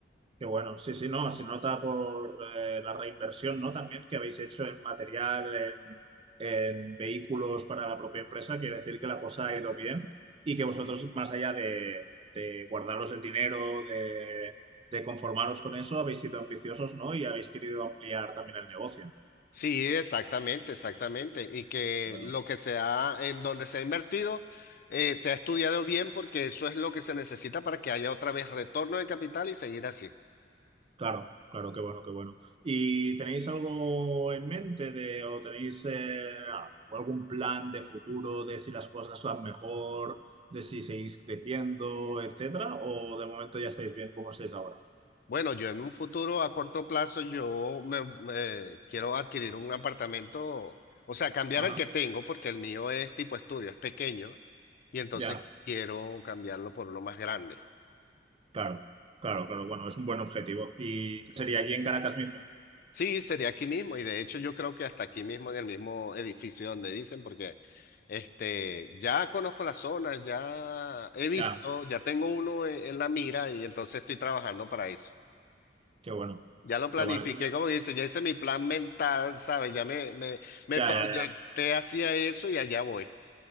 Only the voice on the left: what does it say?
Sí, exactamente, exactamente. Y que
lo que se ha, en donde se ha invertido, eh, se ha estudiado bien porque eso es lo que se necesita para que haya otra vez retorno de capital y seguir así.
Bueno, yo en un futuro a corto plazo, yo me, me quiero adquirir un apartamento, o sea, cambiar
el que tengo porque el mío es tipo estudio, es pequeño, y entonces
quiero cambiarlo por uno más grande.
Sí, sería aquí mismo, y de hecho yo creo que hasta aquí mismo en el mismo edificio donde dicen, porque este, ya conozco la zona, ya he visto,
ya tengo uno en, en la mira y entonces estoy trabajando para eso.
Ya lo planifiqué,
como que dice, ya hice mi plan mental, ¿sabes? Ya me, me, me
proyecté
hacia eso y allá voy.